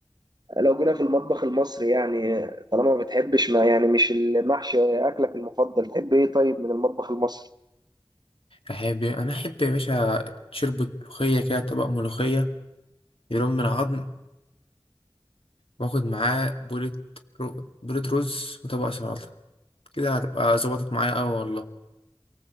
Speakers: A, on the right; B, on the left.
A: لو جينا في المطبخ المصري يعني طالما ما بتحبش ما يعني مش المحشي اكلك المفضل تحب ايه طيب من المطبخ المصري
B: أحب أنا أحب يا باشا شربة ملوخية كده طبق ملوخية يرم من العظم وآخد معاه بولة رو... بولة رز وطبق سلطة كده هتبقى ظبطت معايا أوي والله